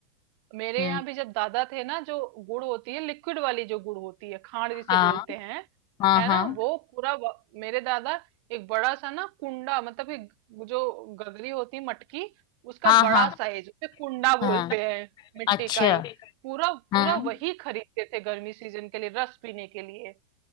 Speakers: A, on the right (about 45°); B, on the left (about 25°).
A: मेरे
B: हम्म
A: यहाँ भी जब दादा थे ना जो गुड़ होती है लिक्विड वाली जो गुड़ होती है खांड जिसे
B: हाँ
A: बोलते हैं
B: हाँ
A: है
B: हाँ
A: ना वो पूरा व- मेरे दादा एक बड़ा सा ना कुंडा मतलब एक जो गगरी होती है मटकी उसका
B: हाँ
A: बड़ा
B: हाँ हाँ
A: साइज उसे कुंडा
B: हाँ
A: बोलते हैं मिट्टी
B: अच्छा
A: का ही पूरा
B: हाँ
A: पूरा वही खरीदते थे गर्मी सीजन के लिए रस पीने के लिए